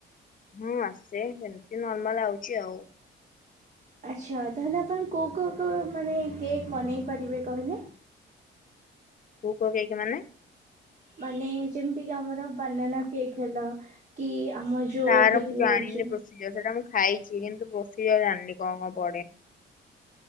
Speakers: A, on the left; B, on the right.
A: ହଁ ଆସେ ସେମିତି ନର୍ମାଲ ଆଉଛି ଆଉ।
B: ଆଚ୍ଛା ତାହେଲେ ଆପଣ କୋଉ କୋଉ କୋଉ ମାନେ କେକ୍ ବନେଇ ପାରିବେ କହିଲେ?
A: ପୁ କ କେକ ମାନେ?
B: ମାନେ ଯେମିତିକି ଆମର ବାନାନା କେକ୍ ହେଲା। କି ଆମ ଯୋଉ
A: ତାର
B: ବିକ୍ରି
A: ମୁଁ ଜାଣିନି
B: ହଉଛି।
A: ସେଟା ମୁଁ ଖାଇଛି କିନ୍ତୁ ପ୍ରୋଷିଯର ଜାଣିନି କଣ କଣ ପଡେ?